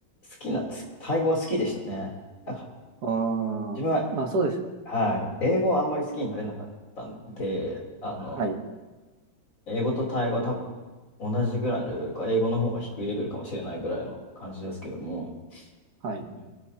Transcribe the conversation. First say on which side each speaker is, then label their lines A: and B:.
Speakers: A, on the left; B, on the right.
A: きな、つタイ語は好きでしたね。なんか
B: うーん。
A: 自分は
B: まあそうです。
A: はい。英語はあんまり好きになれなかったんで、あの、
B: はい。
A: 英語とタイ語は多分同じぐらいのレベルか、英語の方が低いレベルかもしれないぐらいの感じですけども、
B: はい。
A: うん